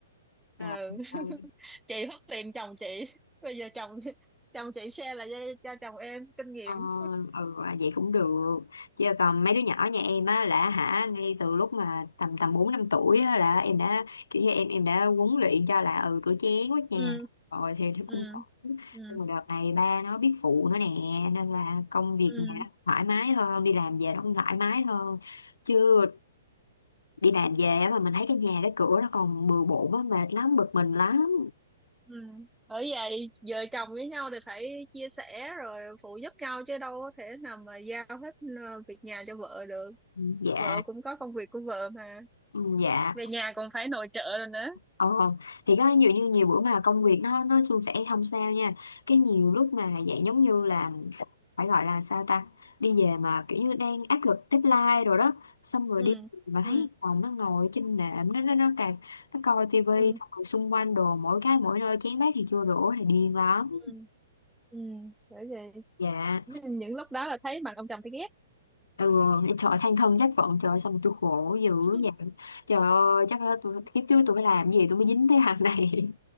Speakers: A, in the centre; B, on the left.
A: <laughs>
B: dạ ok.
A: chị hất liền chồng chị bây giờ chồng chồng chị share là cho, cho chồng em kinh nghiệm
B: Ờ, ừ, à, vậy cũng được chứ còn mấy đứa nhỏ nhà em á là hả ngay từ lúc mà tầm tầm bốn năm tuổi á, là em đã kiểu như em em đã huấn luyện cho là ừ rửa chén quét nhà
A: ừ
B: rồi thì nó
A: ừ
B: cũng ổn.
A: ừ
B: nhưng mà đợt này ba nó biết phụ nữa nè nên là công việc
A: ừ
B: nhà nó thoải mái hơn đi làm về nó cũng thoải mái hơn chứ đi làm về á mà mình thấy cái nhà cái cửa nó còn bừa bộn á mệt lắm bực mình lắm
A: Ừ. Bởi vậy vợ chồng với nhau thì phải chia sẻ rồi phụ giúp nhau chứ đâu có thể nào mà giao hết ờ, việc nhà cho vợ được
B: Ừ, dạ
A: vợ cũng có công việc của vợ mà
B: ừ, dạ
A: về nhà còn phải nội trợ rồi nữa
B: Ờ, thì có nhiều như nhiều bữa mà công việc nó nó suôn sẻ không sao nha cái nhiều lúc mà dạng giống như là phải gọi là sao ta đi về mà kiểu như đang áp lực deadline rồi đó xong rồi
A: ừ
B: đi mà
A: ừ
B: thấy phòng nó ngồi trên nệm nó nó nó càng nó coi tivi
A: ừ
B: xong rồi xung quanh đồ mỗi cái mỗi nơi chén bát thì chưa đổ thì điên lắm
A: ừ ừ bởi vậy
B: dạ
A: <laughs> những lúc đó là thấy mặt ông chồng thấy ghét
B: ừ trời ơi, than thân trách phận trời ơi, sao mà tôi khổ dữ
A: <laughs>
B: vậy trời ơi chắc là tôi
A: Ừ.
B: kiếp trước tôi phải làm gì tôi mới dính cái hàng này